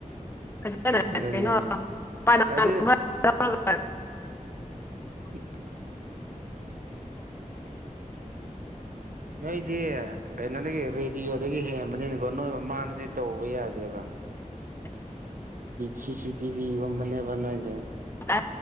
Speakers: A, on the left (about 15°); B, on the right (about 80°).
A: ꯐꯖꯅ
B: ꯑꯗꯨꯅꯦ
A: ꯀꯩꯅꯣ <unintelligible>
B: ꯍꯥꯏꯗꯤ
A: ꯂꯧꯒ
B: ꯎꯝ ꯅꯣꯏꯗꯤ ꯀꯩꯅꯣꯗꯒꯤ ꯔꯦꯗꯤꯑꯣꯗꯒꯤ ꯍꯦꯟꯕꯅꯤꯅꯀꯣ ꯅꯣꯏ ꯃꯃꯥꯡꯗꯗꯤ ꯇꯧꯕ ꯌꯥꯗꯦꯕ
A: <inaudible>
B: ꯁꯤꯁꯤ ꯇꯤꯚꯤꯒꯨꯝꯕꯅꯦꯕ ꯅꯣꯏꯗꯤ
A: ꯑ